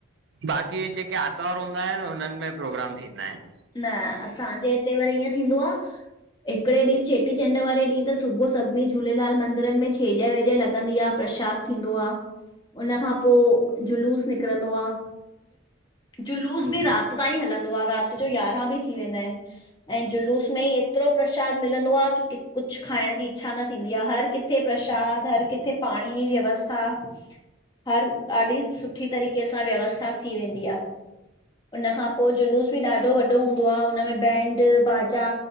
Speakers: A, on the right (about 60°); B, on the left (about 20°).
A: बाक़ी जेके आरतवार हूंदा आहिन हुनन में प्रोग्राम थींदा आहिन
B: न असांजे हिते वरी ईअं थींदो आ हिकड़े ॾींह चेटीचंड वारे ॾींह त सुबुह सभिनी झूलेलाल मंदरन में छेॼ वेॼ लॻंदी आ प्रशाद थींदो आ उन खां पो जुलूस निकरंदो आ जुलूस बि राति ताईं हलंदो आ, राति। त जो याराहि बि थी वेंदा आहिनि, ऐं जुलूस में ही एतिरो प्रसाद मिलंदो आ की की कुझु खाइण जी इच्छा न थींदी आ, हर किथे प्रशाद, हर किथे पाणीअ जी व्यवस्था हर ॾाढी सुठी तरीक़े सां व्यवस्था थी वेंदी आ। उनखां पो जुलूस बि ॾाढो वॾो हूंदो आ, हुनमें बैंड, बाजा,